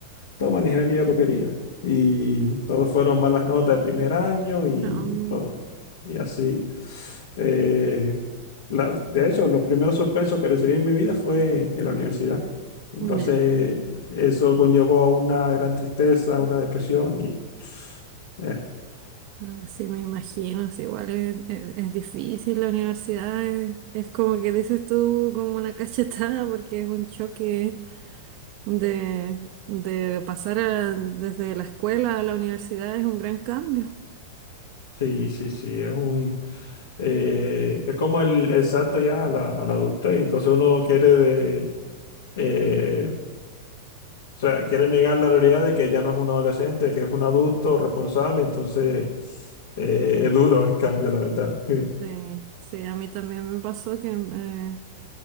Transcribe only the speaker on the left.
toma la ingeniería tú querías. Y todos fueron malas notas de primer año y,
todo. y así. Eh, las- de hecho, los primeros suspensos que recibí en mi vida fue en la universidad. Entonces,
eso conllevó a una gran tristeza, una depresión y... eh,
Sí, sí, sí, es un eh, es como el, el salto ya a la, a la adultez, y entonces uno quiere de- Eh, o sea, quiere negar la realidad de que ya no es un adolescente, que es un adulto responsable, entonces eh, es duro el cambio, la verdad. <laughs>